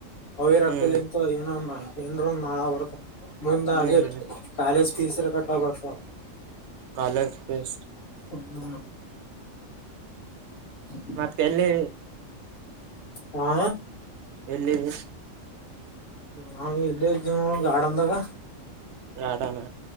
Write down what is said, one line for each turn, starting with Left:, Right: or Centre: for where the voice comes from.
Left: ಅವಿರಕ್ಕಲಿಂತ
Right: ಹ್ಮ್
Left: ಏನೊಂದ ಏನ್ರೊಂದ್ ಮಾಳ ಬರುತ್ತ ಮುಂದೆ
Right: ಹ್ಮ್ ಹ್ಮ್
Left: ಕಾಲೇಜ್ ಫೀಸ್್ರ ಕಟ್ಟ ಬರ್ತ
Right: ಕಾಲೇಜ್ ಫೀಸ್
Left: ಹ್ಮ ಒ
Right: ಮತ್ ಕಲ್ಲಿ
Left: ಹಾ.
Right: ಎಲ್ಲಿದಿ.
Left: ನಾವ ಇಲ್ಲಿ ಇದ್ದೇವ ನೋಡ ಗಾರ್ಡನ್ದಾಗ.
Right: ಗಾರ್ಡನ್